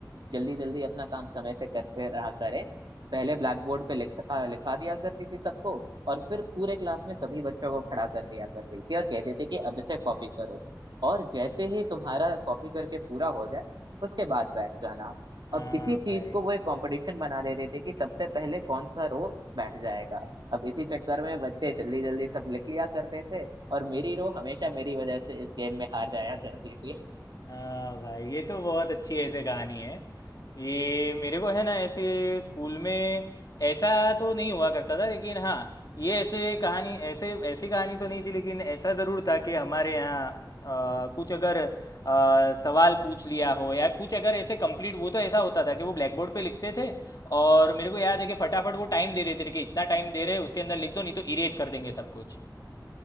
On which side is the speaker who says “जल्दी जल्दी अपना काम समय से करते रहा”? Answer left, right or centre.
Right